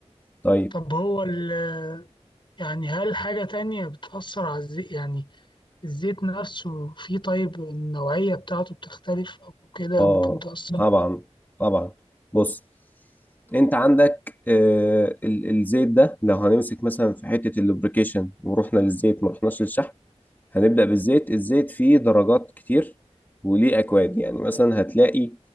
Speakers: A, on the left; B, on the left.
A: طيب
B: طب هو ال يعني هل حاجة تانية بتأثر على الزيت يعني الزيت نفسه فيه طيب النوعية بتاعته بتختلف أو كده
A: اه
B: ممكن تأثر
A: طبعا طبعا بص انت عندك آه ال- الزيت ده لو هنمسك مثلا في حتة اللوبريكيشن ورحنا للزيت ما رحناش للشحم هنبدأ بالزيت الزيت فيه درجات كتير وليه أكواد يعني مثلا هتلاقي